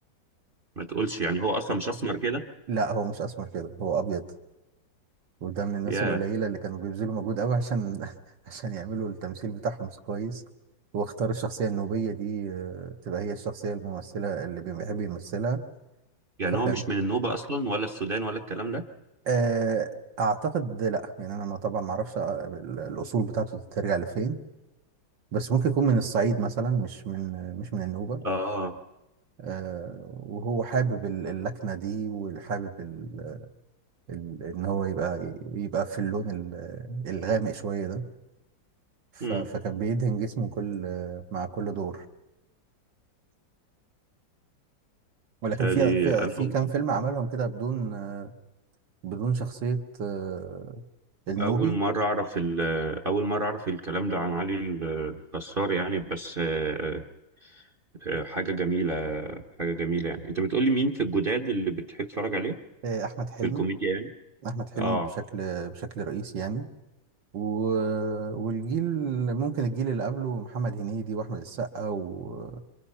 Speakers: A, on the right; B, on the right.
A: ما تقولش يعني هو اصلا مش اسمر كده
B: لا هو مش اسمر كده هو ابيض وده من الناس
A: يا
B: القليلة اللي كانوا بيبذلوا مجهود قوي عشان <laughs> عشان يعملوا التمثيل بتاعهم كويس واختار الشخصية النوبية دي آه، تبقى هي الشخصية الممثلة اللي بيحب يمثلها
A: يعني
B: فكان
A: هو مش من النوبه اصلا ولا السودان ولا الكلام ده
B: آه، اعتقد لا يعني انا ما طبعا ما اعرفش آه، ال- الاصول بتاعته ترجع لفين بس ممكن يكون من الصعيد مثلا مش من مش من النوبة
A: اه
B: آه، وهو حابب ال- اللكنة دي وحابب ال- ال- ان هو يبقى يبقى في اللون ال- الغامق شوية ده ف-
A: امم
B: فكان بيدهن جسمه كل مع كل دور ولكن
A: تالي
B: في في
A: انا
B: في
A: أول
B: كام فيلم عملهم كده بدون آه، بدون شخصية آه، النوبي
A: أول مرة أعرف ال- أول مرة أعرف الكلام ده عن علي ال- الكسار يعني بس آه، آه، حاجة جميلة حاجة جميلة يعني أنت بتقولي مين في الجداد اللي بتحب تتفرج عليه
B: آه، احمد حلمي
A: في الكوميديا يعني
B: احمد حلمي
A: اه
B: بشكل بشكل رئيسي يعني و... والجيل ممكن الجيل اللي قبله محمد هنيدي واحمد السقا و...